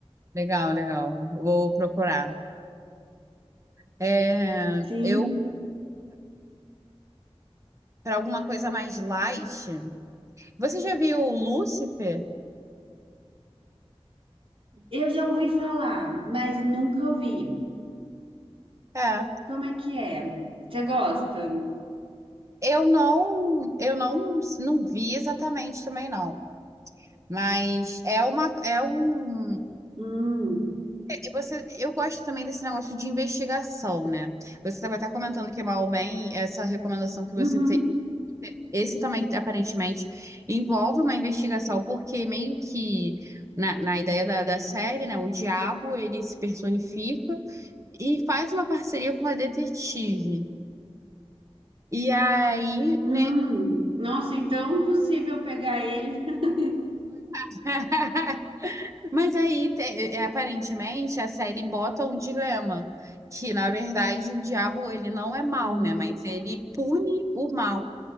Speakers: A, on the right (about 30°); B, on the right (about 60°).
A: legal, legal. Vou procurar. É,
B: Sim,
A: eu, para alguma coisa mais light. Você já viu o Lúcifer?
B: eu já ouvi falar, mas nunca ouvi.
A: É.
B: Como é que é? Você gosta?
A: Eu não, eu não, não vi exatamente também não. Mas é uma, é um.
B: Hum,
A: e Você, eu gosto também desse negócio de investigação, né? Você estava até comentando que mal ou bem essa recomendação que você
B: uhum,
A: tem, esse também aparentemente envolve uma investigação, porque meio que na, na ideia da, da série, né? O diabo ele se personifica e faz uma parceria com uma detetive. E aí,
B: hum.
A: né,
B: Nossa, então é impossível pegar ele. <laughs>
A: <laughs> Mas aí, te- é, aparentemente, a série bota um dilema, que na verdade o diabo ele não é mal
B: Hum,
A: né? Mas ele pune o mal.